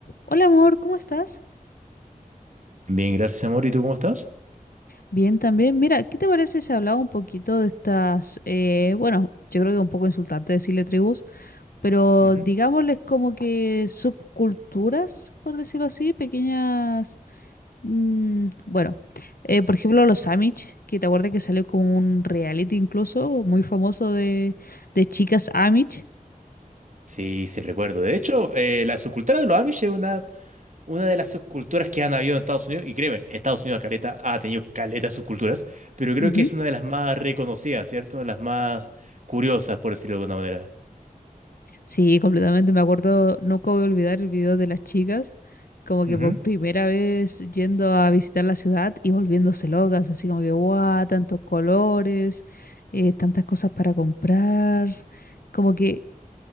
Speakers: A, on the left; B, on the right.
A: Hola amor, ¿cómo estás?
B: Bien, gracias, amor. ¿Y tú cómo estás?
A: Bien también. Mira, ¿qué te parece si hablaba un poquito de estas, eh, bueno, yo creo que es un poco insultante decirle tribus, pero
B: Ujú.
A: digámosles como que subculturas, por decirlo así, pequeñas, mm, bueno, eh, por ejemplo los Amish, que te acuerdas que salió como un reality incluso muy famoso de, de chicas Amish.
B: Sí, sí, recuerdo. De hecho, eh, la subcultura de los Amish es una, una de las subculturas que han habido en Estados Unidos. Y créeme, Estados Unidos caleta, ha tenido caleta de subculturas, pero creo
A: Ujú.
B: que es una de las más reconocidas, ¿cierto? De las más curiosas, por decirlo de alguna manera.
A: Sí, completamente. Me acuerdo, nunca voy a olvidar el video de las chicas, como que
B: Ujú.
A: por primera vez yendo a visitar la ciudad y volviéndose locas, así como que, guau, tantos colores, eh, tantas cosas para comprar. Como que